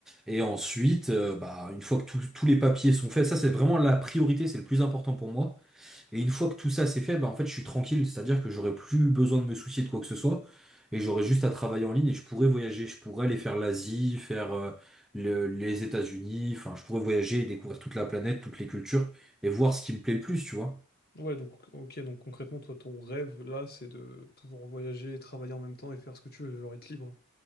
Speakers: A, in the centre; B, on the left (about 45°).
A: Et ensuite, euh, bah, une fois que tous tous les papiers sont faits, ça, c'est vraiment la priorité, c'est le plus important pour moi. Et une fois que tout ça c'est fait, bah en fait je suis tranquille, c'est-à-dire que j'aurais plus besoin de me soucier de quoi que ce soit, et j'aurais juste à travailler en ligne et je pourrais voyager, je pourrais aller faire l'Asie, faire euh, le- les États-Unis, enfin je pourrais voyager et découvrir toute la planète, toutes les cultures, et voir ce qui me plaît le plus, tu vois.
B: Ouais, donc, ok, donc concrètement, toi, ton rêve, là, c'est de pouvoir voyager, travailler en même temps et faire ce que tu veux, genre, être libre.